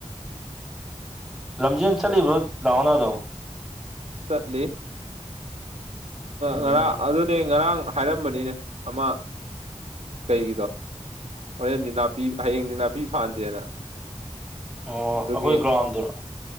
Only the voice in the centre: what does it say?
ꯂꯝꯖꯦꯟ ꯆꯠꯂꯤꯕ ꯗꯥꯎꯅꯥꯗꯣ
ꯎꯝ
ꯑꯣ
ꯑꯩꯈꯣꯏ ꯒ꯭ꯔꯥꯎꯟꯗꯨꯔꯣ